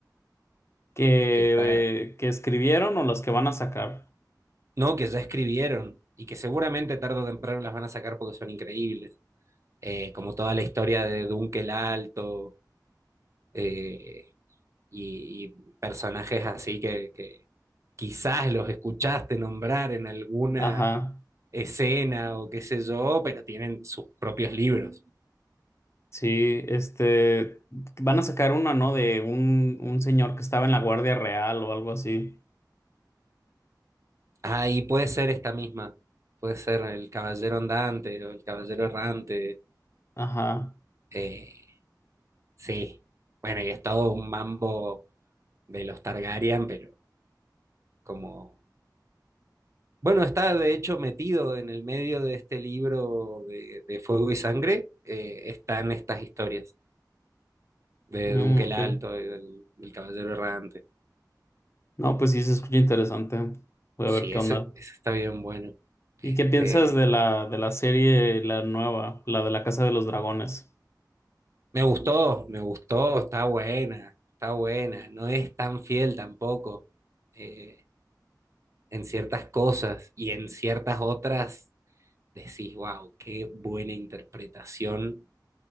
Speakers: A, on the left; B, on the right.
A: que,
B: que está
A: eh, que escribieron o los que van a sacar.
B: No, que ya escribieron y que seguramente tarde o temprano las van a sacar porque son increíbles. Eh, como toda la historia de Dunque el Alto eh, y, y personajes así que, que quizás los escuchaste nombrar en alguna
A: Ajá,
B: escena o qué sé yo, pero tienen sus propios libros.
A: sí, este, van a sacar una, ¿no? De un, un señor que estaba en la Guardia Real o algo así.
B: Ah, y puede ser esta misma. Puede ser El Caballero Andante o El Caballero Errante.
A: Ajá,
B: Eh, sí. Bueno, y es todo un mambo de los Targaryen, pero como, bueno, está de hecho metido en el medio de este libro de, de Fuego y Sangre, eh, están estas historias de
A: mm,
B: Dunque el
A: ok.
B: Alto, y del, del Caballero Errante.
A: No, pues sí, se escucha interesante. Voy
B: Sí,
A: a ver qué
B: eso,
A: onda.
B: eso está bien bueno. Este,
A: ¿Y qué piensas de la, de la serie, la nueva, la de la Casa de los Dragones?
B: me gustó, me gustó, está buena, está buena, no es tan fiel tampoco eh, en ciertas cosas y en ciertas otras decís, wow, qué buena interpretación.